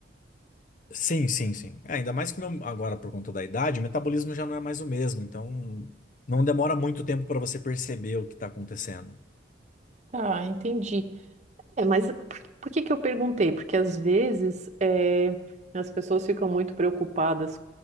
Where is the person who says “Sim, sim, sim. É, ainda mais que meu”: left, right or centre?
Left